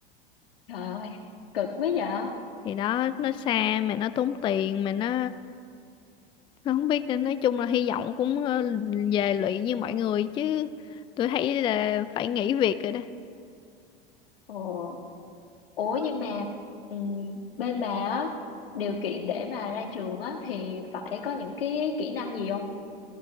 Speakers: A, on the left (about 75°); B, on the left (about 20°).
A: Trời ơi, cực quá vậy.
B: thì nó nó xa mà nó tốn tiền mà nó nó không biết nên nói chung là hy vọng cũng ờ, về lụy như mọi người chứ tôi thấy là phải nghỉ việc rồi đó
A: Ồ, ủa nhưng mà ừm, bên bà á điều kiện để mà ra trường á thì phải có những cái kỹ năng gì không?